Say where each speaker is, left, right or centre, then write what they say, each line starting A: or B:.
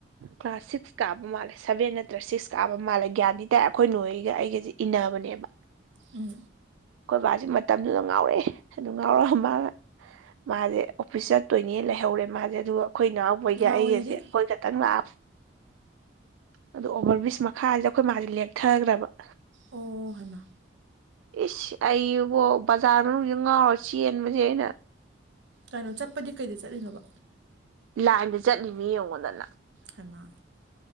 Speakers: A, on the right; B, on the right.
A: ꯀ꯭ꯂꯥꯁ ꯁꯤꯛꯁ ꯀꯥꯕ ꯃꯥꯜꯂꯦ ꯁꯕꯦꯟ ꯅꯠꯇ꯭ꯔ ꯁꯤꯛꯁ ꯀꯥꯕ ꯃꯥꯜꯂꯦ ꯒ꯭ꯌꯥꯟꯗꯤ ꯇꯥꯏ ꯑꯩꯈꯣꯏ ꯅꯣꯏ ꯑꯩꯒ ꯑꯩꯒꯁꯦ ꯏꯟꯅꯕꯅꯦꯕ
B: ꯎꯝ
A: ꯑꯩꯈꯣꯏ ꯕꯥꯁꯤꯦ ꯃꯇꯝꯗꯨꯗ ꯉꯥꯎꯔꯛꯑꯦ ꯑꯗꯨ ꯉꯥꯎꯔ ꯃꯥꯅ ꯃꯥꯁꯦ ꯑꯣꯐꯤꯁ ꯆꯠꯇꯣꯏꯅꯦ ꯂꯩꯍꯧꯔꯦ ꯃꯥꯁꯦ ꯑꯗꯨꯒ ꯑꯩꯈꯣꯏ ꯏꯅꯥꯎꯕꯒ
B: ꯉꯥꯎꯋꯦꯗꯤ
A: ꯑꯩꯒꯁꯦ ꯑꯩꯈꯣꯏ ꯈꯇꯪ ꯂꯥꯛ ꯑꯗꯨ ꯑꯣꯚꯔ ꯭ꯕꯔꯤꯖ ꯃꯈꯥꯁꯤꯗ ꯑꯩꯈꯣꯏ ꯃꯥꯁꯦ ꯂꯦꯛꯊꯈ꯭ꯔꯕ
B: ꯑꯣ ꯍꯩꯃꯥ
A: ꯏꯁ ꯑꯩꯕꯣ ꯕꯖꯥꯔ ꯃꯅꯨꯡꯖꯤ ꯉꯥꯎꯔ ꯆꯦꯟꯕꯁꯦ ꯑꯩꯅ
B: ꯀꯩꯅꯣ ꯆꯠꯄꯗꯤ ꯀꯩꯗ ꯆꯠꯂꯤꯅꯣꯕ
A: ꯂꯥꯏꯟꯗ ꯆꯠꯂꯤꯅꯤ ꯌꯦꯡꯉꯣꯗꯅ
B: ꯍꯥꯏꯃ